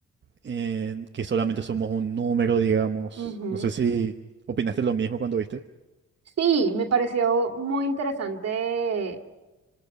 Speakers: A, on the right; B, on the right.
A: en que solamente somos un número, digamos.
B: Ujú.
A: No sé si opinaste lo mismo cuando viste.
B: Sí, me pareció muy interesante